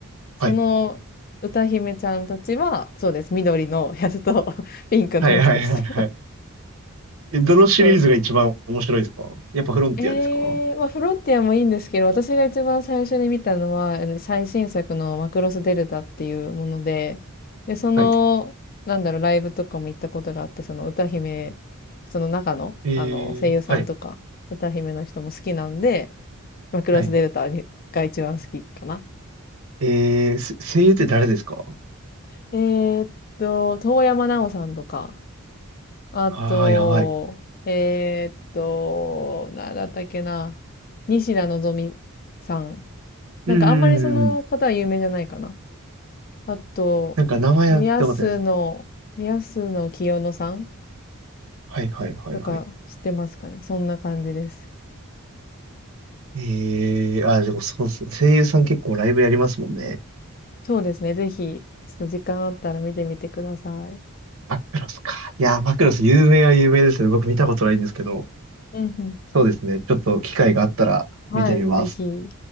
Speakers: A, on the left (about 40°); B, on the right (about 65°).
A: その歌姫ちゃんたちは、
B: はい。
A: そうです、緑のやつと <laughs> ピンクのやつです。
B: はいはいはいはい。え、どのシリーズが一番面白いですかやっぱフロンティアですか
A: <laughs> そうええまあ、フロンティアもいいんですけど、私が一番最初に見たのは、あの最新作のマクロスデルタっていうもので、で、その、
B: はい。
A: なんだろう、ライブとかも行ったことがあって、その歌姫、その中の、
B: えー、
A: あの、声優さんとか、
B: はい。
A: 歌姫の人も好きなんで、マクロスデルタにが一番好きかな。
B: はい。えー、す声優って誰ですか
A: えーっと、遠山奈央さんとか、あと、
B: ああー、やばい。
A: えーっと、なんだったっけな、西田のぞみさんなんかあんまりその方は有名じゃないかな。
B: うーん。
A: あと、
B: なんか名前は聞いたことあります。
A: 宮洲の、宮洲の清野さん
B: はいはいはいはい。
A: とか知ってますかね。そんな感じです。
B: えー、あー、でもそうですよ。声優さん結構ライブやりますもんね。
A: そうですね。ぜひ、ちょっと時間あったら見てみてください。
B: マクロスか。いやー、マクロス有名は有名ですね。僕見たことないんですけど。
A: うんうん。
B: そうですね。ちょっと機会があったら見てみます。
A: はい、ぜひ。